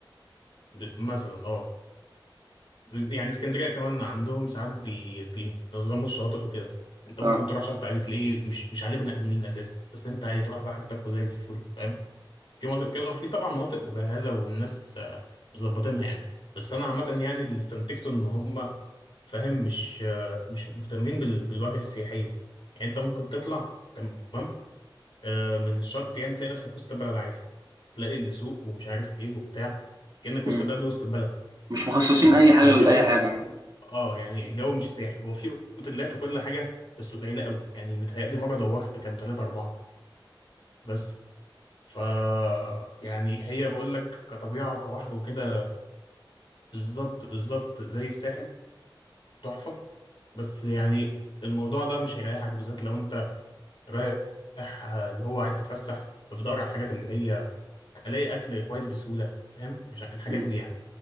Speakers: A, on the left; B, on the right.
A: ب- مثلا اه يعني اسكندريه كمان عندهم ساعات بي... بينظموا الشواطئ وكده انت
B: آه،
A: ممكن تروح شط عادي تلاقيه مش مش عليه بني ادمين اساسا بس انت عادي تروح بقى حاجتك وزي الفل فاهم في مناطق كده وفي طبعا مناطق مجهزه والناس آه، مظبطينها يعني بس انا عامه يعني اللي استنتجته ان هم فاهم مش آه، مش مهتمين بال... بالواجهه السياحيه يعني انت ممكن تطلع تمام آه، من الشط يعني تلاقي نفسك وسط البلد عادي تلاقي السوق ومش عارف ايه وبتاع كأنك وسط
B: إمم،
A: بلد وسط البلد
B: مش مخصّصين
A: فال-
B: أي
A: فالجو
B: حاجة لأي حاجة،
A: اه يعني الجو مش سياحي هو في اوتيلات وكل حاجه بس قليله قوي يعني متهيألي مره دورت كان ثلاثة أربعة بس ف يعني هي بقول لك كطبيعه وكبحر وكده بالظبط بالظبط زي الساحل تحفه بس يعني الموضوع ده مش هيريحك بالذات لو انت رايح آه، اللي هو عايز تتفسح فبدور على الحاجات اللي هي الاقي اكل كويس بسهوله فاهم مش ع- الحاجات
B: إمم،
A: دي يعني